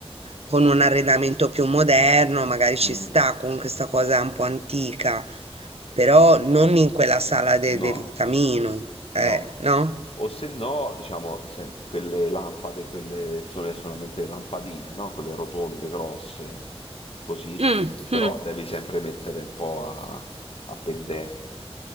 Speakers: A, on the right; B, on the left.
A: con un arredamento più moderno, magari ci
B: Mm,
A: sta con questa cosa un po' antica, però non in quella sala de-
B: no,
A: del camino, eh,
B: no.
A: no?
B: O se no, diciamo, se quelle lampade, quelle che sono solamente le lampadine, no? Quelle rotonde, grosse, così.
A: Mm,
B: Però
A: mm.
B: devi sempre mettere un po' a, a pendente.